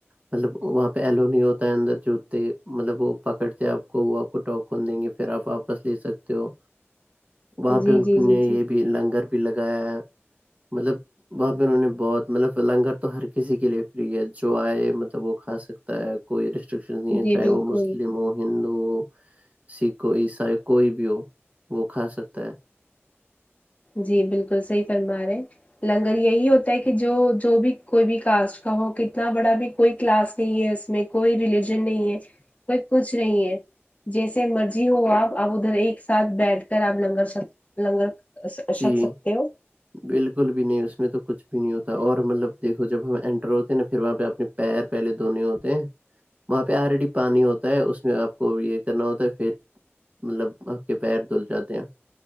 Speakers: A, on the right; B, on the left.
A: مطلب وہاں پہ ایلو نہیں ہوتا ہے اندر جوتے مطلب وہ پکڑتے آپ کو وہ کو ٹا کھول دیں گے پھر آپ واپس لے سکتے ہو وہاں
B: جی
A: پہ ان
B: جی جی
A: نے
B: جی
A: یہ بھی لنگر بھی لگایا ہے مطلب وہاں پہ انہوں نے بہت مطلب لنگر تو ہر کسی کے لیے فری ہے جو آئے مطلب وہ کھا سک کوئی ریسٹرکشن نہیں
B: جی
A: چاہے
B: بالکل
A: وہ مسلم ہو ہندو ہو سکھ عیسائی کوئی بھی ہو وہ کھا سکتا ہے
B: جی بالکل صحیح فرما رہے لنگر یہی ہوتا ہے کہ جو جو بھی کوئی بھی کاسٹ کا ہو کتنا بڑا بھی کوئی کلاس نہیں ہے اس میں کوئی ریلیجن نہیں ہے کوئی کچھ نہیں ہے جیسے مرضی ہو آپ اب ادھر ایک ساتھ بیٹھ کر آپ لنگگرر چ لنگر اشات
A: جی
B: سکتے ہو
A: بالکل بھی نہیں اس میں تو کچھ بھی نہیں ہوتا اور مطلب دیکھو جب ہم انٹر ہوتے ہیں نا پھر وہاں پہ اپنے پیر پہلے دنے ہوتے ہیں وہاں پہ آلریڈی پانی ہوتا ہے اس میں آپ کو یہ کرنا ہوتا ہے پھر مطلب آپ کے پیر دھل جاتے ہیں